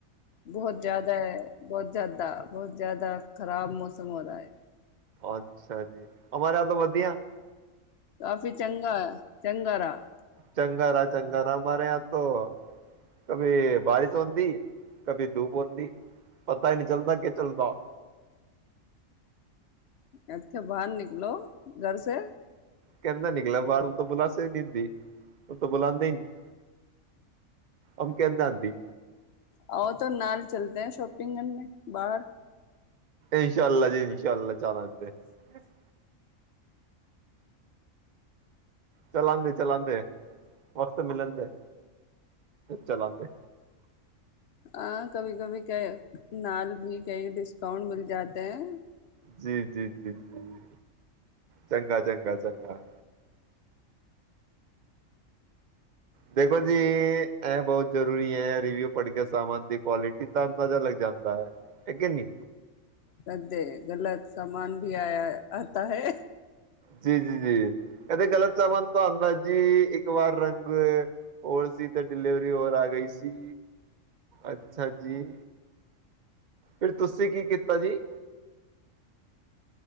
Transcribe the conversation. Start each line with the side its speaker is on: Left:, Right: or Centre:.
Left: ਬਹੁਤ ਜ਼ਿਆਦਾ ਹੈ ਬਹੁਤ ਜ਼ਿਆਦਾ ਬਹੁਤ ਜ਼ਿਆਦਾ ਖ਼ਰਾਬ ਮੌਸਮ ਹੋ ਰਹਾ ਹੈ
Right: ਅੱਛਾ ਜੀ ਹਮਾਰੇ ਯਹਾ ਤੋਂ ਵਧੀਆ
Left: ਕਾਫ਼ੀ ਚੰਗਾ ਚੰਗਾ ਰਹਾ
Right: ਚੰਗਾ ਰਹਾ ਚੰਗਾ ਰਹਾ ਹਮਾਰੇ ਯਹਾ ਤੋਂ ਕਭੀ ਬਾਰਿਸ਼ ਹੋਤੀ ਕਭੀ ਧੂਪ ਹੋਤੀ ਪਤਾ ਹੀ ਨਹੀਂ ਚਲਦਾ ਕਿ ਚੱਲਦਾ
Left: ਇੱਥੇ ਬਾਹਰ ਨਿਕਲੋ ਘਰ ਸੇ
Right: ਕਹਿੰਦਾ ਨਿਕਲਿਆ ਬਾਹਰ ਓਹ ਤਾਂ ਬੁਲਾਸੇ ਈ ਨੀਦੀ ਓਹ ਤਾਂ ਬੁਲਾਉਂਦੀ ਹੀ ਨੀ ਹਮ ਕਿੰਦ ਆਤੀ
Left: ਆਓ ਤਾਂ ਨਾਲ ਚਲਦੇ ਹੈ ਸ਼ੋਪਿੰਗ ਕਰਨੇ ਬਾਹਰ
Right: ਇਨਸ਼ਾਾਲਲਾ ਜੀ ਇਨਸ਼ਾਾਲਲਾ ਜੀ <unintelligible> ਚਲਾਾਂਦੇ ਚਲਾਾਂਦੇ ਵਕਤ ਮਿਲਣ ਦੇ ਚਲਾਦੇ
Left: ਹਾਂ ਕਭੀ-ਕਭੀ ਕ ਨਾਲ ਵੀ ਕਈ ਡਿਸਕਾਊਂਟ ਮਿਲ ਜਾਤੇ ਹੈ
Right: ਜੀ ਜੀ ਜੀ ਜੀ ਚੰਗਾ ਚੰਗਾ ਚੰਗਾ ਦੇਖੋ ਜੀ ਇਹ ਬਹੁਤ ਜ਼ਰੂਰੀ ਹੈ ਰਿਵਿਊ ਪੜ੍ਹ ਕੇ ਸਾਮਾਨ ਦੀ ਕੁਆਲਿਟੀ ਦਾ ਅੰਦਾਜ਼ਾ ਲੱਗ ਜਾਂਦਾ ਹੈ ਕਿ ਨਹੀਂ
Left: ਕਰਦੇ ਗਲਤ ਸਾਮਾਨ ਵੀ ਆਇ ਆਤਾ ਹੈ
Right: ਜੀ-ਜੀ-ਜੀ ਕਹਿੰਦੇ ਗਲਤ ਸਮਾਨ ਤੁਦਾ ਜੀ ਇੱਕ ਵਾਰ ਰੰਗ ਹੋਰ ਸੀ ਤੇ ਡਲੀਵਰੀ ਹੋਰ ਆ ਗਈ ਸੀ ਅੱਛਾ ਜੀ ਫ ਤੁਸੀਂ ਕੀ ਕੀਤਾ ਜੀ